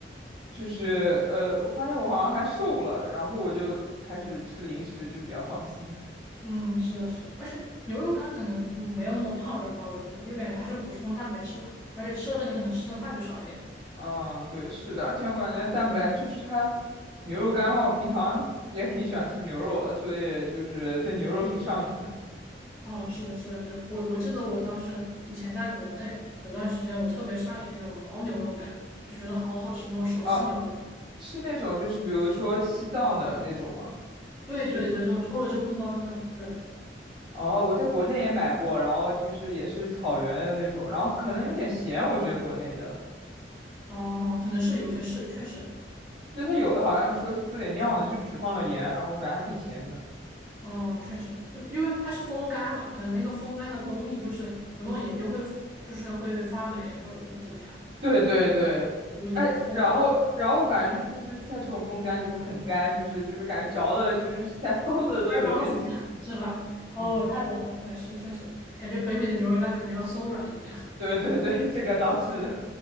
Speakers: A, on the right; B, in the centre.
A: 就是呃，我发现我好像还瘦了，然后我就开始吃零食，就比较放心。
B: 嗯，是的，是的，而且牛肉干可能嗯没有那么胖人吧，我觉得，因为感觉它是补充蛋白质嘛，而且吃了你可能吃的饭就少一点了。
A: 嗯，对，是的，而且我感觉蛋白就是它牛肉干的话，我平常也挺喜欢吃牛肉的，所以就是对牛肉挺上瘾的。
B: 哦，是的，是的，对，我我记得我当时以前在国内有段时间，我特别上瘾那种牦牛肉干，就觉得好好吃，那种手撕牛肉，
A: 啊，吃那种就是比如说西藏的那种嘛，
B: 对对对，
A: 就
B: 那种抽了真空包装那种，对。
A: 哦，我在国内也买过，然后就是也是草原的那种，然后可能有点咸，我觉得国内的。
B: 哦，可能是有些是，确实，
A: 对，它有的好像说是自己酿的，就只放了盐，然后感觉还挺咸的。
B: 哦，确实，就因为它是风干嘛，可能那个风干的工艺就是不弄盐就会就是会发霉或者怎么样，
A: 对对对，
B: 盐风上，
A: 哎，然后然后我感觉就就是它这种风干就会很干，就是就是感觉嚼的，就是 <laughs> 腮帮子都有点累。
B: 腮帮子 <laughs> 是吧？
A: 嗯嗯，
B: 哦，我太懂了，嗯，是确实，感觉北美的牛肉干可能要松软一点。
A: 对对对，这个倒是的，